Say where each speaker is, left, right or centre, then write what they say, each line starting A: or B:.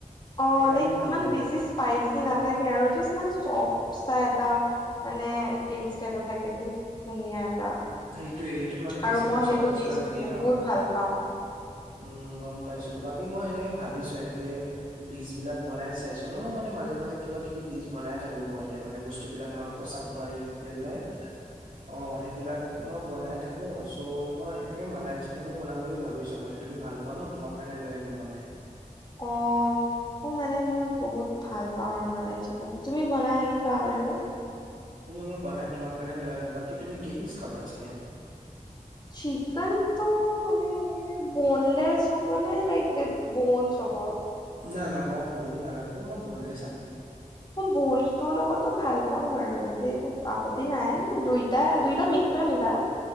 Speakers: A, on the left; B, on the right.
A: অঁ
B: সেইকাৰণে
A: লাইক
B: ভাল
A: ইমান
B: লাগে।
A: বেছি স্পাইচি নাথাকে আৰু জাচ মানে চফ চ এটা মানে টেষ্ট এটা থাকে বহুত ধুনীয়া এটা
B: সেইটোৱে সেইটোত মানে
A: আৰু
B: বেছি
A: মই
B: মচলা
A: সেইটো
B: চচলা
A: টেষ্টটো
B: নিদিয়ে
A: বহুত
B: ন।
A: ভাল পাওঁ
B: উমঁ গম পাইছো বাকী মই এনেকে ভাবিছো এনেকে ডিচ বিলাক বনাই চাইছো ন মই মানে মাজে মাজে কিবা কিবি ডিচ বনাই থাকো ঘৰতে মানে বস্তু বিলাক মাংস চাংস বাহিৰত গৈ পেলাই অ সেইবিলাক মই বনাই থাকো চ' মই এনেকে মালাই চিকেনো বনাম বুলি ভাবিছো মানে তুমি ভাল পোৱা ন। তোমাৰ কাৰণে লৈ আনিব বনাই।
A: অঁ! অঁ মানে মই বহুত ভাল পাওঁ আৰু মালাত চিকেন তুমি বনাই আনিবা আৰু।
B: মই বনাই তোমাৰ কাৰণে লৈ আনিম বাকি তুমি কেই পিছ খাবা চিকেন?
A: চিকন তো মানে এনেকে বনলেছ হ'ব নে লাইকে ব'ঞ্চ হ'ব।
B: না না মই বন নাৰাখু মই বনলেছ ৰাখো।
A: বল তৰ লগতো ভাল পাওঁ বাৰু এনেকে একো আপত্তি নাই মানে দুই তাৰ দুইটা মিক্স কৈ আনিবা।